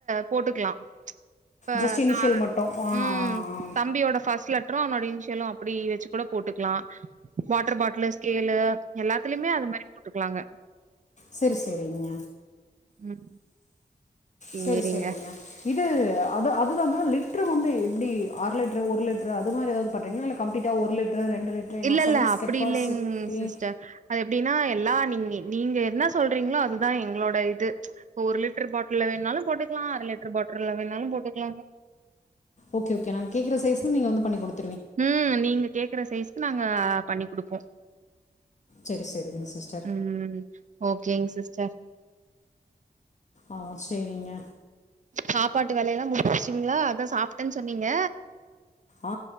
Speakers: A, on the right; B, on the left.
A: போட்டுக்கலா இப்ப
B: ஜஸ்ட் இனிஷியல்
A: தா
B: மட்டும் ஆ
A: ம்
B: ஆ ஆ
A: தம்பியோட ஃப்ஸ்ட் லெட் ட்ரோ அவ இன்சியலு அப்டி வச்சு கூட போட்டுக்கலா வாட்டர் பாட்லு ஸ்கேலு எல்லாத்துலயுமே அது மாரி போட்டுக்கலாங்க
B: செரி செரிங்க
A: ம்
B: செரி
A: சேரிங்க
B: செரிங்க இது அது அதுதாங்க லிட்ரு வந்து எப்டி அர லிட்ரு ஒரு லிட்ரு அது மாரி எதாது பண்ணிறீங்களா இல்ல கம்பீளிட்டா ஒரு லிட் லிட்ரு ரெண்டு லிட்ரு ஏன்னா
A: இல்ல இல்ல
B: சைஸ்
A: அப்டி
B: கெப்பாசிட்டி
A: இல்லைங் சிஸ்டர் அது எப்டின்னா எல்லா நீங்க நீங்க என்ன சொல்றீங்களோ அதுதா எங்களோட இது ஒரு லிட்ரு பாட்ல வேணாலு போட்டுக்கலா அர லிட்ரு பாட்டில்ல வேணாலு போட்டுக்கலா
B: ஓகே ஓகே நாங்க கேக்குற சைஸ்க்கு நீங்க வந்து பண்ணி கொடுங்
A: ம் நீங்க கேக்குற சைஸ்க்கு நாங்க பண்ணி குடுப்போ
B: செரி செரிங்க சிஸ்டர்
A: ம் ஓகேங் சிஸ்டர்
B: ஓ சேரிங்க
A: சாப்பாட்டு வேலையல்லா முடிஞ்சிடுச்சிங்களா அதா சாப்ட்டன் சொன்னீங்க
B: ஆ